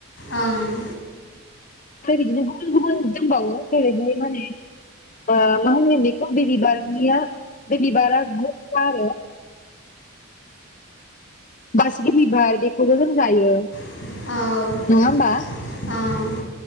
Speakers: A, on the left; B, on the left.
A: ं <inaudible>
B: फोर बिदिनो गुबुन गुबुन दंबावो जेरैहाय माने ओ मा होनो बेखौ बे बिबारनिया बे बिबारा गोखा आरो। बासिगि बिबार बेखौबो जों जायो।
A: औ
B: नङा होमबा
A: औ।